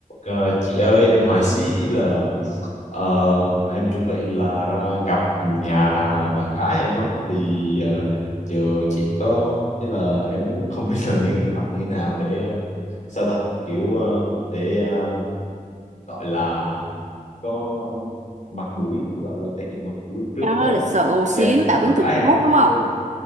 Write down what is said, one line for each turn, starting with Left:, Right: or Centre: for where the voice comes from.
Left: Ờ, chị ơi em hỏi xí là ờ, em chuẩn bị là ra gặp nhà bạn gái em á thì ờ, giờ chị có ý là em muốn không biết là nên ăn mặc như nào để ờ, sao ta kiểu ờ, để ờ, gọi là có mặt mũi để gọi là thể hiện mặt mũi trước
Right: Cho
Left: ờ,
Right: lịch sự một xíu
Left: gia đình
Right: tạo
Left: bạn
Right: ấn tượng
Left: gái em
Right: tốt
Left: á
Right: đúng không?
Left: Đúng rồi.